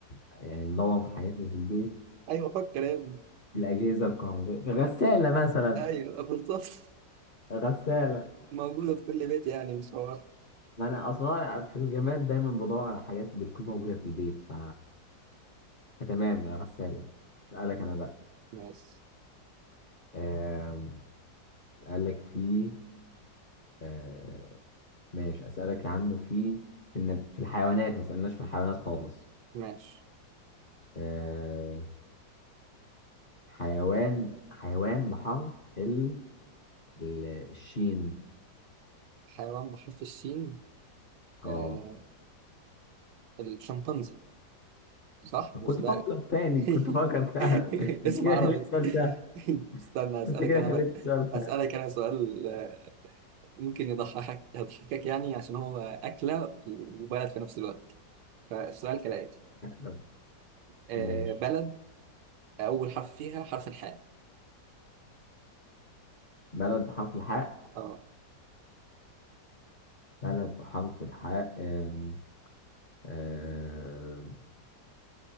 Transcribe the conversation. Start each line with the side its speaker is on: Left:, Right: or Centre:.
Left: يعني ندور في الحاجات اللي في البيت
Right: ايوه فكر يا ابني
Left: الأجهزة الكهربائية غسالة مثلا
Right: ايوه بالظبط <laughs>
Left: غسالة
Right: موجودة في كل بيت يعني مش هو
Left: ما أنا أصلا في الجماد دايما بدور على حاجات بتكون موجودة في البيت ف تمام آه، غسالة أسألك أنا بقى
Right: ماشي
Left: آم، أسألك في آه، ماشي أسألك يا عم في إن في الحيوانات ما سألناش في الحيوانات خالص
Right: ماشي
Left: آه، حيوان حيوان بحرف ال... ال- الشين
Right: حيوان بحرف السين
Left: اه
Right: آه الشمبانزي صح مش
Left: كنت
Right: ده
Left: بفكر تاني كنت بفكر
Right: <laughs>
Left: سهل <laughs> انت
Right: اسم
Left: كده
Right: عربي
Left: خليت السؤال سهل
Right: <laughs> استنى اسألك
Left: انت كده
Right: انا
Left: خليت
Right: بقى
Left: السؤال سهل
Right: اسألك انا سؤال آه، ممكن يضحكك يضحكك يعني عشان هو أكلة وبلد في نفس الوقت فالسؤال كالآتي
Left: طب،
Right: آه،
Left: ماشي
Right: بلد أول حرف فيها حرف الحاء
Left: بلد بحرف الحاء
Right: اه
Left: بلد بحرف الحاء آم، آم،